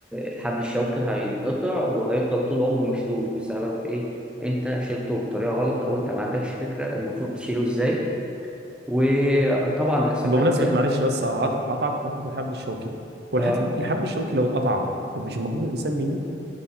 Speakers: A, in the centre; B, on the right.
A: الحبل الشوكي هينقطع وهيفضل طول عمره مشلول بسبب ايه انت شيلته بطريقة غلط او انت ما عندكش فكرة المفروض تشيله ازاي وطبعا الاسعافات
B: بمناسبه معلش بس هقطع- هقطعك في حته الحبل الشوكي
A: اه
B: هو الحت- الحبل الشوكي لو اتقطع طب مش المفروض الانسان بيموت؟